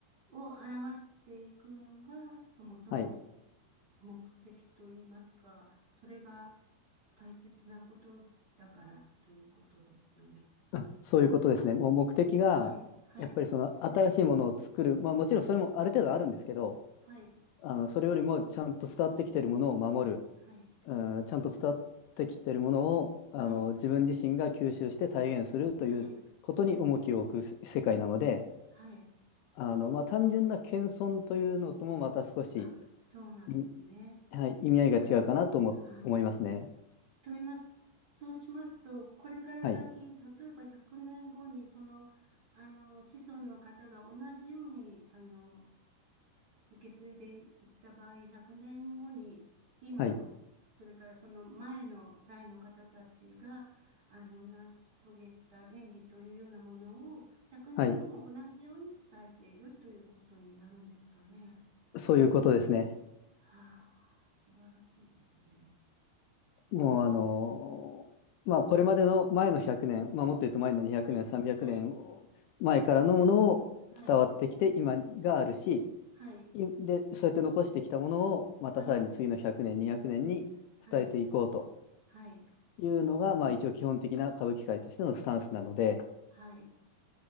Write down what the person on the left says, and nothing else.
はい、
うんそういうことですね。もう目的がやっぱりその新しいものを作る、
まあ、もちろんそれもある程度あるんですけど
あのそれよりもちゃんと伝わってきているものを守る
うん、ちゃんと伝わってきてるものをあの自分自身が吸収して体現するということに重きを置く世界なので
あの、まあ、単純な謙遜というのともまた少し
意味、はい、意味合いが違うかなと思、
思いますね。
はい、
はい、
はい、そういうことですね。
もうあのまあこれまでの前の100年、
まあ、もっと言うと前の200年300年前からのものを伝わってきて今があるし
いで、そうやって残してきたものを、またさらに次の100年、
200年に伝えていこうと
いうのが、まあ一応基本的な歌舞伎界としてのスタンスなので、